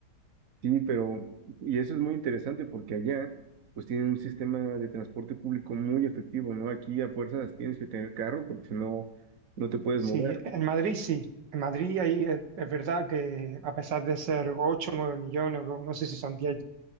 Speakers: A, on the right; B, on the right.
A: Sí, pero, y eso es muy interesante porque allá, pues tienen un sistema de transporte público muy efectivo, ¿no? Aquí a fuerzas tienes que tener carro porque si no, no te puedes
B: Sí,
A: mover.
B: en Madrid sí. En Madrid ahí es, es verdad que a pesar de ser ocho o 9 millones, o luego no sé si son diez